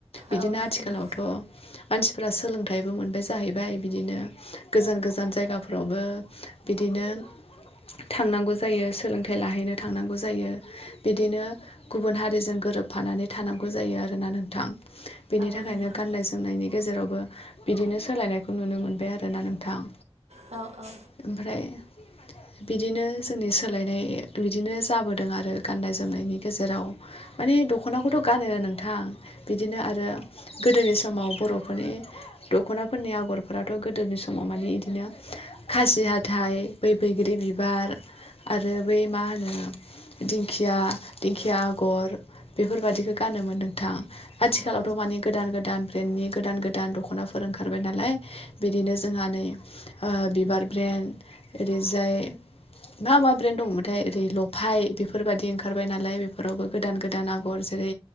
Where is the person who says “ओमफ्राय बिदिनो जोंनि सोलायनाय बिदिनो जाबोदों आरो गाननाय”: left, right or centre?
Left